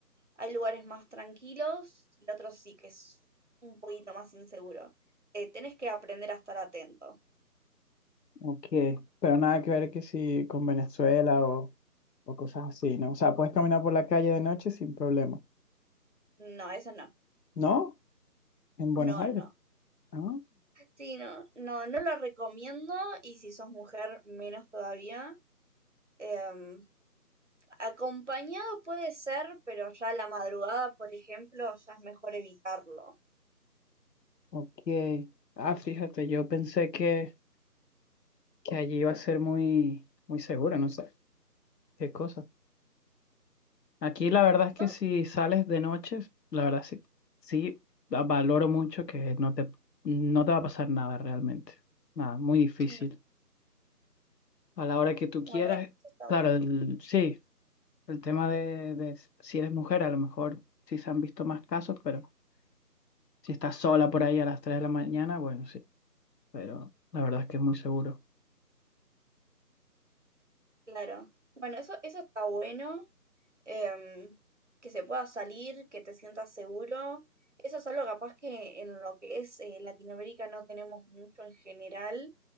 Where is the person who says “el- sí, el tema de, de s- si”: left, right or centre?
Left